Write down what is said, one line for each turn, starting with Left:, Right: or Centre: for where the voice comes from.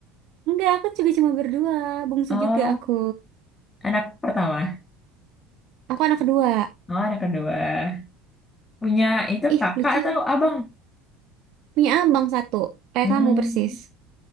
Right: Enggak, aku juga cuma berdua, bungsu
Left: Oh,
Right: juga aku.
Left: anak pertama.
Right: Aku anak kedua.
Left: Oh, anak kedua. Punya itu
Right: Ih,
Left: kakak
Right: lucu.
Left: atau
Right: ya.
Left: abang?
Right: Punya abang satu, kayak
Left: Hmm,
Right: kamu persis.